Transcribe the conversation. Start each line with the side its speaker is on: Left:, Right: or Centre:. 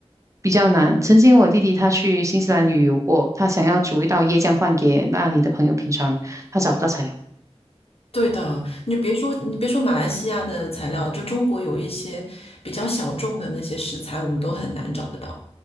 Right: 比较难。曾经我弟弟他去新西兰旅游过，他想要煮一道椰浆饭给那里的朋友品尝，他找不到材料，
Left: 对的，你别说，你别说马来西亚的材料，就中国有一些比较小众的那些食材，我们都很难找得到